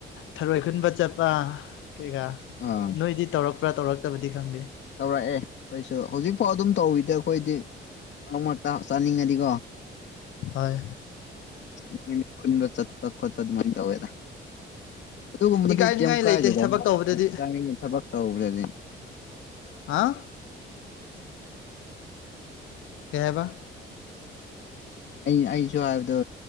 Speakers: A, on the left (about 75°); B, on the left (about 65°).
A: ꯊꯔꯣꯏ ꯈꯨꯟꯕ ꯆꯠꯄ ꯀꯩꯀꯥ
B: ꯑꯥ
A: ꯅꯣꯏꯗꯤ ꯇꯧꯔꯛꯄ꯭ꯔꯥ ꯇꯧꯔꯛꯇꯕꯗꯤ ꯈꯪꯗꯦ
B: ꯇꯧꯔꯛꯑꯦ ꯑꯩꯈꯣꯏꯁꯨ ꯍꯧꯖꯤꯛꯐꯥꯎ ꯑꯗꯨꯝ ꯇꯧꯋꯤꯗ ꯑꯩꯈꯣꯏꯗꯤ ꯃꯔ ꯃꯔꯛꯇ ꯆꯥꯅꯤꯡꯉꯗꯤꯀꯣ
A: ꯑꯣꯏ
B: ꯆꯥꯅꯤꯡꯉꯗꯤ ꯈꯨꯟꯕ ꯆꯠꯄ ꯈꯣꯠꯄ ꯑꯗꯨꯃꯥꯏꯅ ꯇꯧꯋꯦꯗ ꯑꯗꯨꯒꯨꯝꯕꯅꯗꯤ
A: ꯏꯀꯥꯏꯅꯤꯡꯉꯥꯏ
B: ꯀꯩꯝ ꯀꯥꯏꯗꯦꯗ
A: ꯂꯩꯇꯦ ꯊꯕꯛ ꯇꯧꯕꯗꯗꯤ
B: ꯆꯥꯅꯤꯡꯉ ꯊꯕꯛ ꯇꯧꯕꯗꯗꯤ
A: ꯍꯥꯥ ꯀꯦꯕ
B: ꯑꯩ ꯑꯩꯁꯨ ꯍꯥꯏꯕꯗ